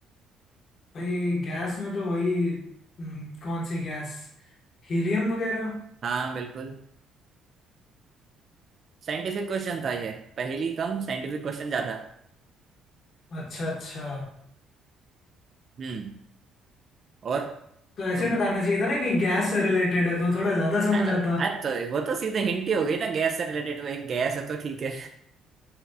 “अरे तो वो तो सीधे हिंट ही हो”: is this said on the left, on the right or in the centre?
Right